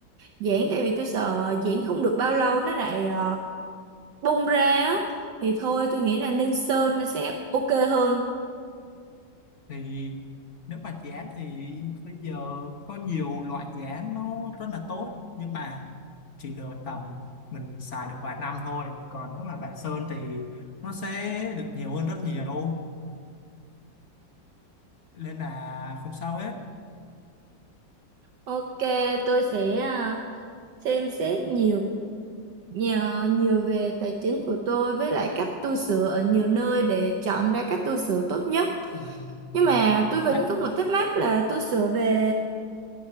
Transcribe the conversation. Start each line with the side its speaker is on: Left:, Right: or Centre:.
Right: dán tại vì tôi sợ dán không được bao lâu nó lại ờ, bung ra á. thì thôi tôi nghĩ là nên sơn nó sẽ ok hơn
Left: thì nếu mà dự án thì bây giờ có nhiều loại dự án nó rất là tốt nhưng mà chỉ được tầm mình xài được vài năm thôi còn nếu mà bạn sơn thì nó sẽ được nhiều hơn rất nhiều nên là không sao hết
Right: Ok, tôi sẽ à, xem xét nhiều nhờ nhiều về tài chính của tôi với lại cách tu sửa ở nhiều nơi để chọn ra cách tu sửa tốt nhất.
Left: Ừ,
Right: Nhưng
Left: là
Right: mà tôi vẫn
Left: bạn
Right: có một thắc mắc là tôi sửa về